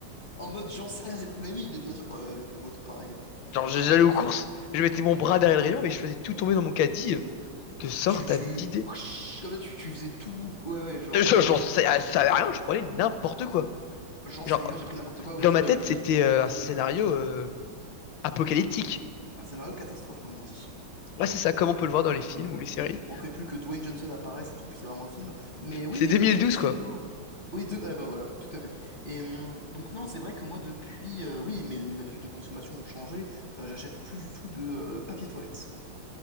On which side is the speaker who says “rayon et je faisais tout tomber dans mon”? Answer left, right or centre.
Left